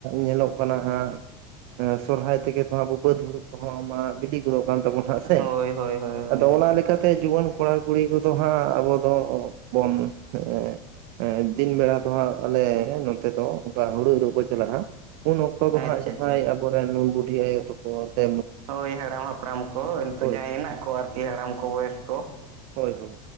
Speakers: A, on the right; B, on the right.
A: ᱧᱮᱞᱚᱜ ᱚᱱᱟᱦᱟᱜ ᱥᱚᱨᱦᱟᱭ ᱛᱮᱜᱮ ᱛᱚ ᱟᱵᱚ ᱵᱟᱹᱫ ᱦᱩᱲᱩ ᱠᱚᱦᱚᱸ ᱵᱤᱞᱤ <unintelligible> ᱠᱟᱱ ᱛᱟᱵᱚ ᱦᱟᱜ ᱥᱮ
B: ᱦᱳᱭ ᱦᱳᱭ ᱦᱳᱭ
A: ᱟᱫᱚ ᱚᱱᱟ ᱞᱮᱠᱟᱛᱮ ᱡᱩᱣᱟᱹᱱ ᱠᱚᱲᱟᱼ ᱠᱩᱲᱤ ᱠᱚᱫᱚ ᱦᱟᱸᱜ ᱟᱵᱚ ᱫᱚ ᱵᱚᱱ ᱮᱸ ᱮᱸ ᱫᱤᱱ ᱵᱮᱲᱟ ᱫᱚ ᱦᱟᱸᱜ ᱟᱞᱮ ᱱᱚᱛᱮ ᱫᱚ ᱚᱱᱠᱟ ᱦᱩᱲᱩ ᱤᱨᱚᱜ ᱠᱚ ᱪᱟᱞᱟᱜᱼᱟ᱾ ᱩᱱ ᱚᱠᱛᱚ
B: ᱟᱪᱪᱷᱟ
A: ᱫᱚ ᱦᱟᱸᱜ ᱡᱟᱦᱟᱸᱭ
B: ᱟᱪᱪᱷᱟ
A: ᱟᱵᱚ ᱨᱮᱱ ᱱᱩᱱ ᱵᱩᱰᱷᱤ ᱟᱭᱳ ᱛᱟᱠᱚ ᱥᱮ
B: ᱦᱳᱭ ᱦᱟᱲᱟᱢ ᱦᱟᱯᱲᱟᱢ ᱠᱚ ᱱᱤᱛᱚᱜ
A: ᱦᱳᱭ
B: ᱡᱟᱦᱟᱸᱭ ᱦᱮᱱᱟᱜ ᱠᱚᱣᱟ ᱟᱨᱠᱤ ᱦᱟᱲᱟᱢ ᱠᱚ ᱵᱚᱭᱮᱥ ᱠᱚ
A: ᱦᱳᱭ ᱦᱳᱭ